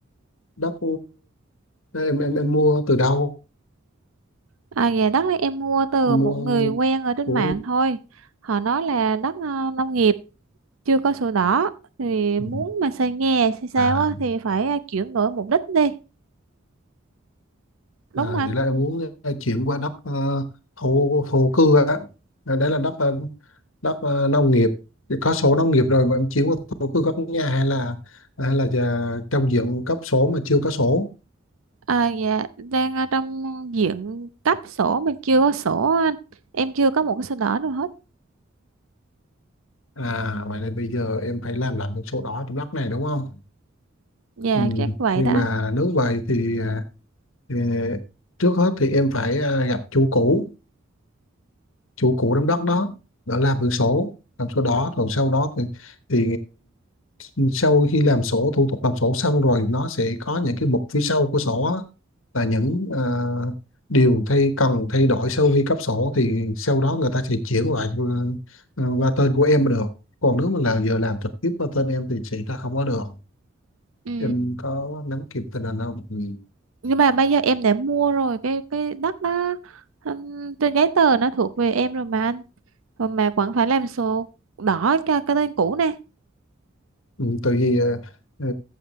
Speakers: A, on the left (about 70°); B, on the right (about 85°).
A: đất ờ, em em em mua từ đâu
B: À dạ đất này em mua từ
A: Em
B: một
A: mua
B: người quen ở trên
A: của
B: mạng thôi. Họ nói là đất ờ, nông nghiệp chưa có sổ đỏ thì
A: ừ.
B: muốn mà xây nhà xây sao
A: à
B: á thì phải ờ, chuyển đổi mục đích đi. Đúng
A: à
B: không anh?
A: vậy là em muốn ờ, chuyển qua đất ờ, thổ thổ cư á À, đấy là đất ờ, đất ờ, nông nghiệp thì có sổ nông nghiệp rồi mà em chuyển qua thổ cư có nhà hay là hay là giờ trong diện cấp sổ mà chưa có sổ
B: À, dạ đang ở trong diện cấp sổ mình chưa có sổ anh em chưa có một cái sổ đỏ nào hết
A: à vậy là bây giờ em phải làm lại cái sổ đỏ trong đất này đúng không
B: dạ
A: ừ.
B: chắc vậy
A: nhưng
B: đó anh
A: mà nếu vậy thì à, Ờ, trước hết thì em phải à, gặp chủ cũ chủ cũ đám đất đó đã làm được sổ làm sổ đỏ rồi sau đó thì, thì ờ, sau khi làm sổ thủ tục làm sổ xong rồi nó sẽ có những cái mục phía sau của sổ á, là những à, điều thay cần thay đổi sau khi cấp sổ thì sau đó người ta sẽ chuyển lại ờ, qua tên của em mới được còn nếu mà là giờ làm trực tiếp qua tên em thì sẽ ra không có được
B: ừ.
A: em có nắm kịp tình hình không ừ.
B: nhưng mà bây giờ em đã mua rồi cái cái đất đó ừm, trên giấy tờ nó thuộc về em rồi mà anh rồi mà vẫn phải làm sổ đỏ cho cái tên cũ nè
A: Ừ, tại vì ờ,